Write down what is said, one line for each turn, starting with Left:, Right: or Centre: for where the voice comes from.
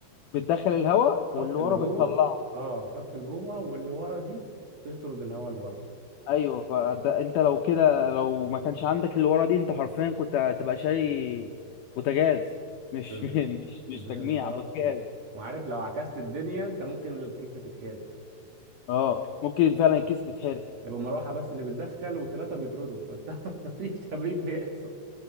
Left: بتدخل الهواء واللي
Right: شافت اللي
Left: ورا
Right: جوه
Left: بتطلعه
Right: اه شافت اللي جوه واللي ورا دي بتطرد الهواء لبره
Left: ايوه فده انت لو كده لو ما كانش عندك اللي ورا دي انت حرفيا كنت هتبقى شاري بوتاجاز مش
Right: بالظبط
Left: <laughs> مش
Right: بالظبط
Left: مش تجميع بوتاجاز
Right: وعارف لو عكست الدنيا انت ممكن الكيسه تتحرق
Left: اه ممكن فعلا الكيس تتحرق
Right: هيبقى مروحه بس اللي بتدخل وثلاثه بيطردوا فانت <laughs> مفيش تبريد بيحصل